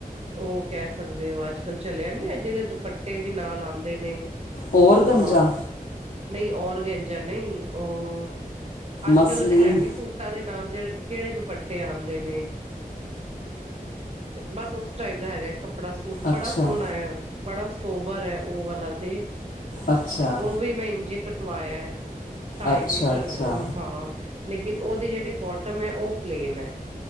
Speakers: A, on the right; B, on the left.
A: ਉਹ ਕਹਿ ਸਕਦੇ ਹੋ ਅੱਜ-ਕੱਲ ਚਲਿਆ ਨੀ ਜਿਹਦੇ ਦੁਪੱਟੇ ਵੀ ਨਾਲ ਆਦੇ ਨੇ
B: ਔਰ ਗੰਜਾ
A: ਆਹ, ਨਹੀਂ ਔਰਗੈਂਜਾ ਨਹੀਂ ਉਹ ਅੱਜ-ਕੱਲ
B: ਮਸਲੀਮ
A: ਹੈਵੀ ਸੂਟਾਂ ਦੇ ਨਾਲ ਜਹ ਕਿਹੜੇ ਦੁਪੱਟੇ ਆਦੇ ਨੇ, ਤੇ ਬਸ ਉਸ ਟਾਈਪ ਦਾ ਹੈਗਾ, ਕੱਪੜਾ ਸੂਟ
B: ਅੱਛਾ
A: ਬੜਾ ਸੋਹਣਾ ਹੈ, ਬੜਾ ਸੋਬਰ ਹੈ ਉਹ ਵਾਲਾ ਤੇ
B: ਅੱਛਾ
A: ਉਹ ਵੀ ਮੈਂ ਇੰਝੇ ਕਟਵਾਇਆ ਢਾਈ
B: ਅੱਛਾ
A: ਮੀਟਰ
B: ਅੱਛਾ
A: ਉਹ ਹਾਂ ਲੇਕਿਨ ਉਹਦੀ ਜਿਹੜੀ ਬੋਟਮ ਹੈ, ਉਹ ਪਲੇਨ ਹੈ।